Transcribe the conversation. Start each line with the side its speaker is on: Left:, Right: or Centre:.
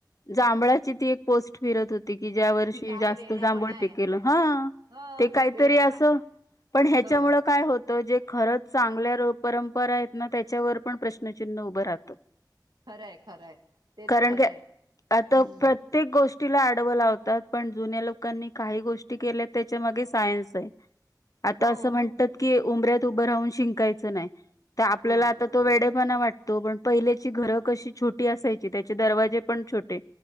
Left: जांभळाची ती एक पोस्ट फिरत होती की ज्या वर्षी
Right: ती काय
Left: जास्त
Right: वेडेपणा
Left: जांभळ
Right: आहे
Left: पिकेल हा
Right: ह
Left: ते काहीतरी
Right: वेडेपण
Left: असं
Right: आहे
Left: पण ह्याच्यामुळे
Right: हो
Left: काय होतं जे खरंच चांगल्या परंपरा आहेत ना त्याच्यावर पण प्रश्नचिन्ह उभं राहतं
Right: खरंय खरंय ते
Left: कारण
Right: तर खरंय
Left: की आता
Right: हम्म
Left: प्रत्येक गोष्ट गोष्टीला आडव लावतात पण जुन्या लोकांनी काही गोष्टी केल्या त्याच्या मागे सायन्स आहे आता
Right: हो
Left: असं म्हणतात की उमऱ्यात उभं राहून शिंकायचं नाही तर आपल्याला
Right: ह
Left: आता वेडे पणा वाटतो पण पहिल्याची घरं कशी छोटी असायची त्याचे दरवाजे पण छोटे